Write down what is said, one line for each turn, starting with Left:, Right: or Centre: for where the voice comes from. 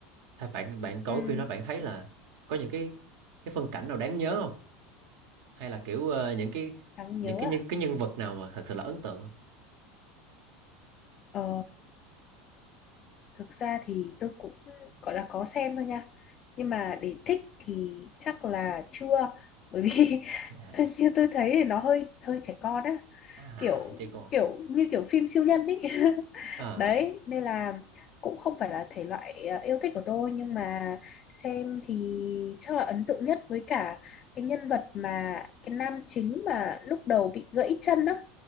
Right: Thôi bạn bạn coi
Left: ừ
Right: phim đó bạn thấy là có những cái cái phân cảnh nào đáng nhớ không hay là kiểu ờ, những cái
Left: đáng nhớ
Right: những cái
Left: à
Right: nhân cái nhân vật nào mà thật sự là ấn tượng không
Left: ờ Thực ra thì tôi cũng gọi là có xem thôi nha. Nhưng mà để thích thì chắc là chưa. Bởi vì <laughs>
Right: à
Left: thật như tôi thấy thì nó hơi hơi trẻ con á,
Right: à
Left: kiểu
Right: chứ còn
Left: kiểu như kiểu phim siêu nhân ấy. <laughs>
Right: à
Left: Đấy, nên là cũng không phải là thể loại à, yêu thích của tôi nhưng mà xem thì chắc là ấn tượng nhất với cả cái nhân vật mà cái nam chính mà lúc đầu bị gãy chân đó